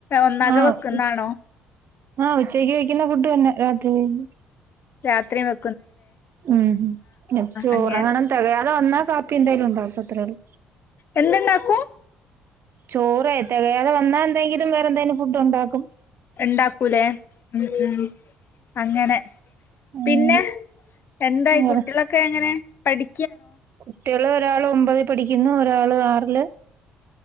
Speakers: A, on the left; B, on the right.
A: ഒന്നാകെ
B: ആഹ്
A: വെക്കുന്നാണോ?
B: ആഹ് ഉച്ച ക്കുള്ള ഫുഡ് തന്നെ രാത്രിയിലും.
A: രാത്രിയുമൊ
B: ഉം ചോറങ്ങണം
A: അങ്ങനെ
B: തികയാതെ വന്നാ കാപ്പി എന്തായാലും ഉണ്ടാവും അത്രേ ഒള്ളു.
A: എന്തുണ്ടാക്കും
B: ചോറ് തികയാതെ വന്നാ എന്തെങ്കിലും വേറെ എന്തേലും ഫുഡ് ഉണ്ടാക്കും.
A: ഉണ്ടാക്കൂലേ ഉം ഉം അങ്ങനെ
B: അങ്ങനെ
A: പിന്നെ എന്തായി
B: വേറെ
A: കുട്ടികളൊക്കെ എങ്ങനെ? പഠി
B: കുട്ടികള് ഒരാൾ ഒമ്പതി പഠിക്കുന്നു ഒരാൾ ആ റില്